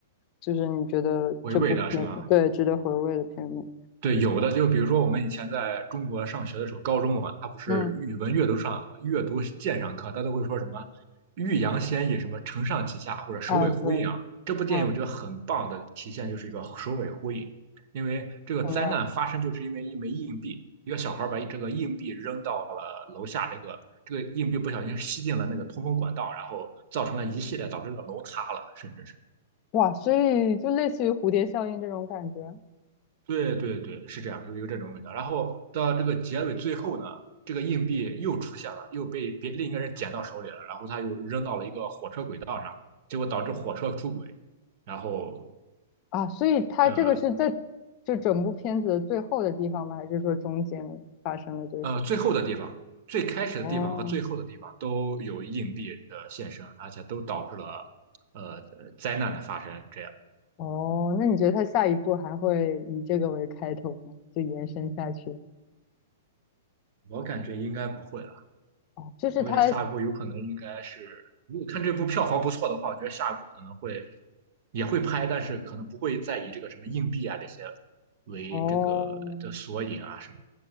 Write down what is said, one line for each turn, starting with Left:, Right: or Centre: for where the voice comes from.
Left: 就是你觉得这部片，
Right: 娓娓的是吗？
Left: 对，值得回味的片目。
Right: 对，有的就比如说我们以前在中国上学的时候，高中嘛，它不是语文阅读上阅读鉴赏课，
Left: 嗯，
Right: 它都会说什么“欲扬先抑”，什么“承上启下”或者“首尾呼应”啊。
Left: 啊，对，
Right: 这部电影我觉得很棒的体现就是一个首尾呼应，
Left: 嗯，
Right: 因为这个灾难发生就是因为一枚硬币，
Left: 懂了。
Right: 一个小孩把这个硬币扔到了楼下，这个这个硬币不小心吸进了那个通风管道，然后造成了一系列导致这个楼塌了，甚至是。
Left: 哇，所以就类似于蝴蝶效应这种感觉。
Right: 对对对，是这样，有有这种味道。然后到这个结尾最后呢，这个硬币又出现了，又被别另一个人捡到手里了，然后他又扔到了一个火车轨道上，结果导致火车出轨。然后
Left: 啊，所以他这个是在就整部片子的最后的地方吗？
Right: 呃
Left: 还是说中间发生了这些？
Right: 呃，最后的地方，最开始的地方和最后的地方都有硬币的现身，
Left: 哦
Right: 而且都导致了呃灾难的发生。这样，
Left: 哦，那你觉得他下一步还会以这个为开头吗？就延伸下去？
Right: 我感觉应该不会了。
Left: 哦，就是他
Right: 我觉得下一步有可能应该是，如果看这部票房不错的话，我觉得下一步可能会也会拍，但是可能不会再以这个什么硬币啊这些为这个的索引啊什么。
Left: 哦，